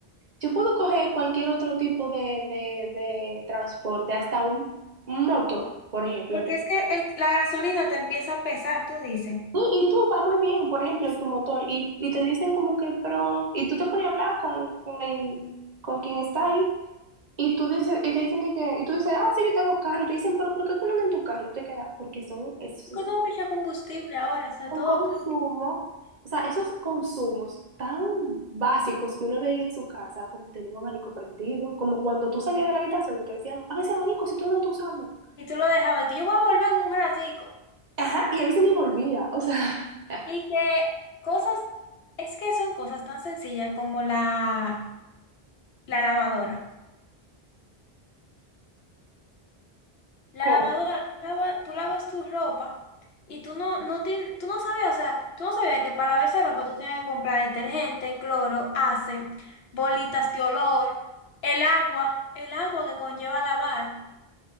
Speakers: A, on the right (about 45°); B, on the left (about 70°).
A: yo puedo coger cualquier otro tipo de, de, de transporte, hasta un, un motor, por ejemplo.
B: Porque
A: que-
B: es que el- la gasolina te empieza a pesar, tú dices. Yo
A: Sí, Y, tú vas muy bien, por ejemplo, en tu motor, y, y te dicen como que, pero, y tú te pones a hablar con, con, el, con quien está ahí. Y tú dices, y te dicen de que, y tú dices, ah, sí, yo tengo carro. Y te dicen, pero ¿por qué tú no andas en tu carro? Y te quedas, porque son, esos
B: tengo que echar combustible ahora, o sea,
A: son
B: todo
A: consumos,
B: cambia.
A: o sea, esos consumos tan básicos que uno veía en su casa, como tener un abanico prendido, como cuando tú salías de la habitación que te decían, apaga ese abanico si tú no lo estás usando.
B: Y tú lo dejabas, que yo voy a volver en un ratico.
A: Ajá, y a veces ni volvía, o sea, <laughs>
B: Y que cosas, es que son cosas tan sencillas como la, la lavadora. La
A: ¿cómo?
B: lavadora, tú, lava- tú lavas tu ropa y tú no, no, tien- tú no sabías, o sea, tú no sabías que para lavar esa ropa tú tenías que comprar detergente, cloro, ace, bolitas de olor, el agua, el agua que conlleva lavar.